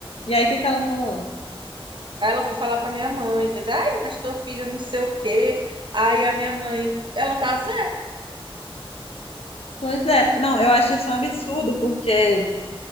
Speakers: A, on the left; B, on the right.
A: E aí o que que ela falou?
B: Aí ela foi falar pra minha mãe, fez, ai, mas tua filha não sei o quê. Aí a minha mãe, ela tá assim,
A: Pois é, não, eu acho isso um absurdo, porque